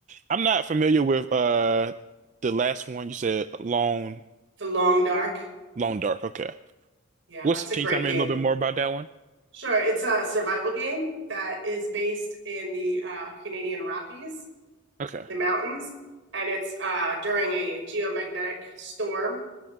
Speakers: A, on the right (about 40°); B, on the right (about 70°).
A: I'm not familiar with uh the last one you said, Lone
B: The Long Dark.
A: Lone Dark. Okay.
B: Yeah,
A: What's,
B: that's
A: can
B: a great
A: you tell me
B: game.
A: a little bit more about that one?
B: Sure, it's a survival game that is based in the uh, Canadian Rockies,
A: Okay.
B: the mountains, and it's uh, during a geomagnetic storm